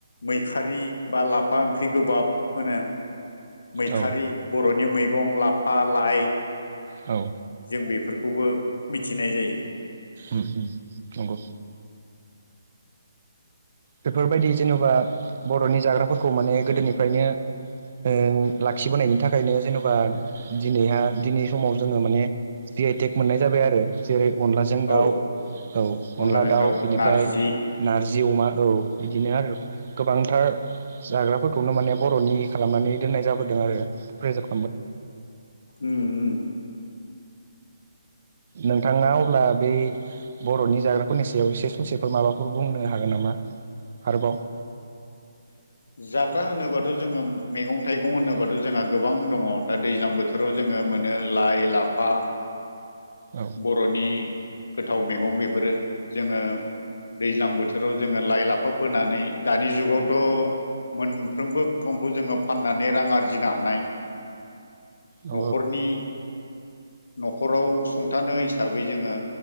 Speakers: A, on the left; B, on the right.
A: मैखारि बा लाफा ओंख्रि गोबाब होनो मैखारि
B: औ
A: बर'नि मैगं लाफा लाइ
B: औ
A: जों बेफोरखौबो मिथिनाय जायो।
B: ओम ओम नंगौ बेफोरबायदि जेन'बा बर'नि जाग्राफोरखौ माने गोदोनिफ्रायनो ओ लाखिबोनायनि थाखायनो जेनेबा दिनैहा दिनै समाव जोङो माने जि आइ टेक मोननाय जाबाय आरो जेरै अनलाजों
A: औ
B: दाउ औ
A: अनलाजों
B: अनला दाउ बिनिफ्राय
A: नारजि
B: नारजि अमा औ बिदिनो आरो गोबांथार जाग्राफोरखौनो माने बर'नि खालामनानै दोननाय जाबोदों। आरो फ्रेजाब
A: उम
B: नोंथाङा अब्ला बे बर'नि जाग्राफोरनि सायाव एसे ससेफोर माबाफोर बुंनो हागोन नामा आरोबाव।
A: <inaudible> जाग्रा होनोबाथ' जोङो मैगं थाइगं होनोबाथ' जोंहा गोबां दङ दा दैज्लां बोथोराव जोङो ओ मोनो लाइ-लाफा
B: औ
A: बर'नि गोथाव मैगं बेफोरो जोङो दैज्लां बोथोराव जोङो लाइ लाफा फोनानै दानि जुगावथ' मोनफ्रोमबो मैगंखौ जोङो फाननानै रां आरजिनो हानाय
B: औ
A: न'खरनि न'खराव सं थानो हिसाबै जोङो